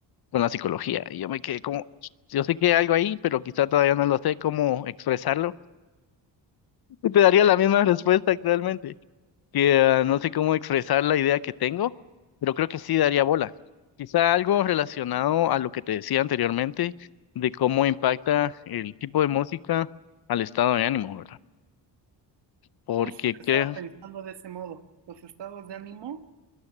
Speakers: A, on the left; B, on the right.
A: con la psicología? Y yo me quedé como, yo sé que hay algo ahí, pero quizá todavía no lo sé cómo expresarlo Y Te daría la misma respuesta actualmente, que ah, no sé cómo expresar la idea que tengo, pero creo que sí daría bola. Quizá algo relacionado a lo que te decía anteriormente, de cómo impacta el tipo de música al estado de ánimo, ¿verdad? Porque
B: Justo
A: creo,
B: estaba pensando de ese modo, los estados de ánimo